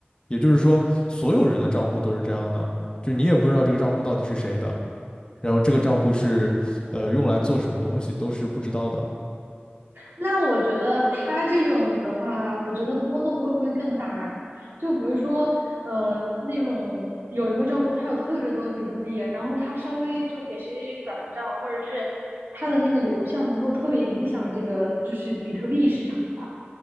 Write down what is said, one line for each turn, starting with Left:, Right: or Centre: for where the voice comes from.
Left: 也就是说，所有人的账户都是这样的，就你也不知道这个账户到底是谁的，然后这个账户是呃用来做什么东西都是不知道的。
Right: 那我觉得它这种的话，我觉得波动会不会更大呀？就比如说，呃，那种有一个账户它有特别多比特币，然后它稍微就给谁谁谁转个账，或者是它的那个流向能够特别影响这个就是比特币市场吧。